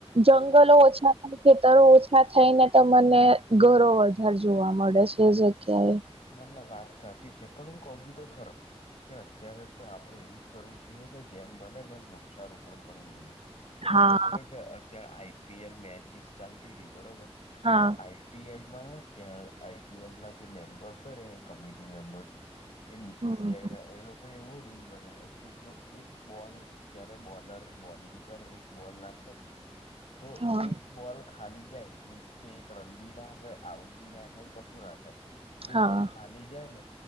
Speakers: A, on the right; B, on the left.
A: જંગલો ઓછા ખેતરો ઓછા થઈ ને તમને ઘરો વધાર જોવા મળે છે જગ્યાએ.
B: ના ના વાત સાચી છે પણ હું કઉ છું તો ખરો, કે અત્યારે તો આપડે એવું જ કરવું જોઈએ કે જેમ બને ને એમ વૃક્ષારોપણ કરવું જોઈએ. કે
A: હા
B: તમને ખબર છે અત્યારે આઈપીએલ મેચિસ ચાલતી હતી બરોબર.
A: હા
B: તો આઈ આઈપીએલ માં ત્યાં આઈપીએલ ના જે મેમ્બર્સ હોય ને કમિટી મેમ્બર્સ એ બીસીસીઆઈ
A: હમ
B: ના એ લોકોએ એવો રૂલ બનાવ્યો કે જો એક બોલ જય્યારે બોલર બોલિંગ કરે એક બોલ ના છે ને તો
A: હા
B: એક બોલ ખાલી જાય મીન્સ કે એક રન બી ના આવે આઉટ બી ના થાય કશું ના થાય. એ
A: હા
B: બોલ ખા લી જાય ને,